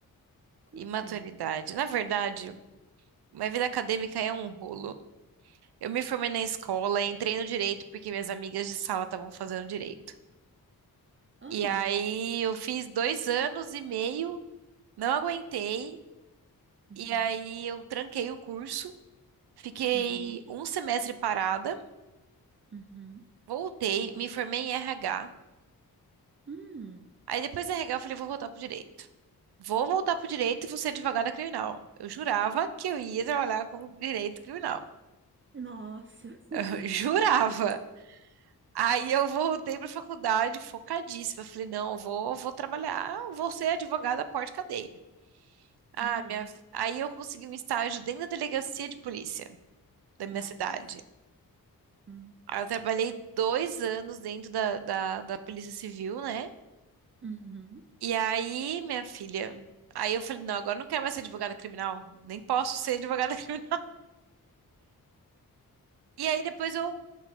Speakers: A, on the right (about 35°); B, on the right (about 85°).
A: como
B: Imaturidade.
A: assim?
B: Na verdade, minha vida acadêmica é um rolo. Eu me formei na escola, entrei no direito porque minhas amigas de sala estavam fazendo direito.
A: Ah,
B: E aí eu fiz dois anos e meio, não aguentei,
A: uhum,
B: e aí eu tranquei o curso, fiquei
A: uhum,
B: um semestre parada,
A: uhum,
B: voltei, me formei em RH.
A: hum,
B: Aí depois da RH eu falei, vou voltar pro direito. Vou voltar pro direito e vou ser advogada criminal. Eu jurava que eu ia trabalhar com direito criminal.
A: Nossa. <laughs>
B: Eu <laughs> jurava. Aí eu voltei pra faculdade focadíssima. Eu falei, não, eu vou, vou trabalhar, vou ser advogada porte cadeia Ah,
A: ah,
B: minha... fi- Aí eu consegui um estágio dentro da delegacia de polícia da minha
A: nossa,
B: cidade.
A: hum,
B: Aí eu trabalhei dois anos dentro da, da, da Polícia Civil, né?
A: uhum,
B: E aí, minha filha, aí eu falei, não, agora eu não quero mais ser advogada criminal, nem posso ser advogada <laughs> criminal. E aí depois eu